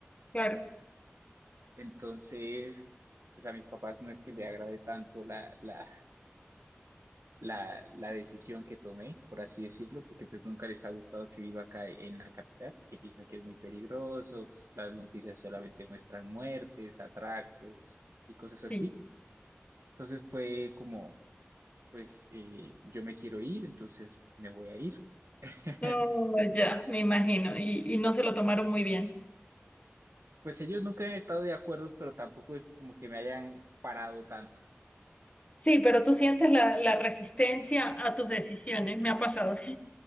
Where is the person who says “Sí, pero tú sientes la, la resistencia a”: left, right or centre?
Left